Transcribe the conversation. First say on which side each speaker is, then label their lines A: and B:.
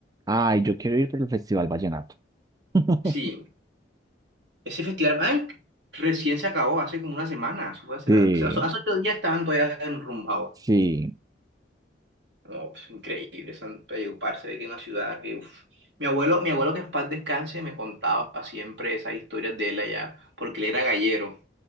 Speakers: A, on the right; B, on the right.
A: ay, yo quiero ir por el Festival Vallenato. <laughs>
B: Sí, ese festival, ay, recién se acabó, hace como una semana, eso fue hace,
A: Sí,
B: hace- hace ocho días estaban todavía enrumbados.
A: sí,
B: No, pues, increíble, San Valledupar, se ve que es una ciudad que, uf. Mi abuelo, mi abuelo que en paz descanse me contaba siempre esas historias de él allá, porque él era gallero